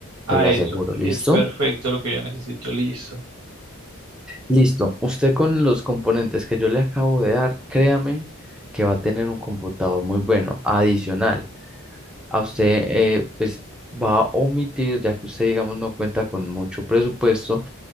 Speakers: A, in the centre; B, on the right.
A: te
B: A
A: lo
B: eso,
A: aseguro. ¿Listo?
B: es perfecto lo que yo necesito, listo.
A: Listo. Usted con los componentes que yo le acabo de dar, créame que va a tener un computador muy bueno. Adicional, a usted eh, pues va a omitir, ya que usted digamos no cuenta con mucho presupuesto,